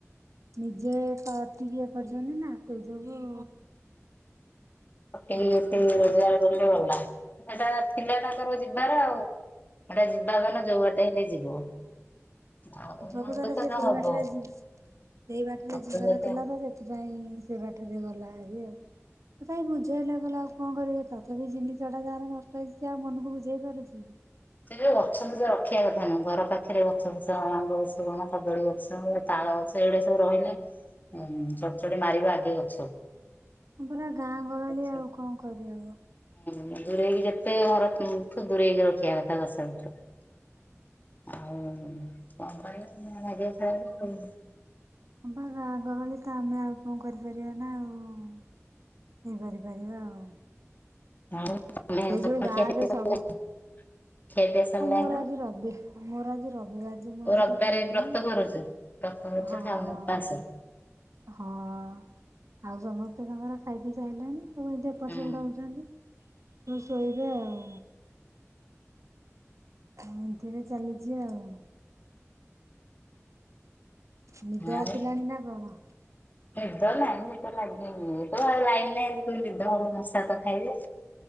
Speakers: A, on the right; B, on the left.
A: ନିଜେ କଟିକି ଇଏ କରିଚନ୍ତି ନା, ସେଇ ଯୋଗୁ
B: ଏ ଏତେ ରୋଜଗାର କରିଥିଲେ ଗଲା। ସେଟା ଥିଲା ତାଙ୍କର ଯିବାର ଆଉ ହେଟା ଯିବା ଗଲା ଯୋଉ ବାଟେ ହେଲେ ଯିବ। ଆଉ
A: ହଁ ପ୍ରକୃତରେ
B: ମନ ଦୁଃଖ
A: ସେ
B: ତ
A: ସେଇ
B: ହବ
A: ବାଟରେ ଯିବ ସେଇ ବାଟରେ
B: ମନ
A: ଯିବାର
B: ଦୁଃଖ
A: ଥିଲା ତ, ସେଥିପାଇଁ ସେଇ ବାଟରେ ଗଲା ହାରି ଆଉ। ତଥାପି ବୁଝା ହେଲା ଗଲା ଆଉ କଣ କରିବେ? ତଥାପି ଜିନିଷ ଟା ଯାହାର ନଷ୍ଟ ହେଇଛି ଆଉ ମନକୁ ବୁଝେଇ ପାରୁଛି କି।
B: ସେଇ ଯୋଉ ଗଛ ଫଛ ରଖିବା କଥା ନୁହଁ, ଘର ପାଖରେ ଗଛ ଫଛ ଆମ୍ବ ଗଛ କଣ, କଦଳୀ ଗଛ, ତା ତାଳ ଗଛ, ଏଗୁଡା ସବୁ ରହିଲେ, ଉମ୍ ଚଡ ଚଡି ମାରିବ ଆଗେ ଗଛକୁ।
A: ହଁ ପରା ଗାଁ ଗହଳି
B: ଗଛ
A: ଆଉ କଣ କରିହବ?
B: ହୁଁ ଦୂରେଇକି ଯେତେ ଘର ଠୁ ଦୂରେଇକି ରଖିଆ କଥା ଗଛ ପଛ। ଆଉ କଣ କରିବ <unintelligible>
A: ହଁ ବା ଗାଁ ଗହଳି ତ ଆମେ ଆଉ କଣ କରିପାରିବା, ନା ଆଉ ଇଏ କରିପାରିବା ଆଉ।
B: <unintelligible>
A: ସେଇ ଯୋଉ ଗାଁରେ ସବୁ
B: ସରିଲାଣି
A: ହଁ ମୋର
B: ନା?
A: ଆଜି ରବି ମୋର ଆଜି ରବି ମୁଁ ଆଜି ମୁଁ
B: ଓ
A: ଆଜି
B: ରବିବାରେ
A: ତ ଖାଇବିନି
B: ବ୍ରତ
A: ଆଉ
B: କରୁଛୁ ବ୍ରତ କରୁଛୁ
A: ହଁ।
B: ଖାଉନୁ ଉପାସ।
A: ହଁ। ଆଉ ସମସ୍ତେ ତାଙ୍କର ଖାଇ ପିଇ ସାରିଲାଣି ସବ ଏ ଏପଟେ
B: ହୁଁ
A: ସେପଟ ହଉଛନ୍ତି। ହୁଁ ଶୋଇବେ ଆଉ। ହଁ ଏମିତିରେ ଚାଲିଛି ଆଉ। ନିଦ ଆସିଲାଣି
B: ଆଉ
A: ନା କଣ?
B: ନିଦ ନାଇଁ ନିଦ ଲାଗିନି ତ ଆଉ ଲାଇନ ନାଇଁ ନିଦ ହବ ମସା ତ ଖାଇଲେ।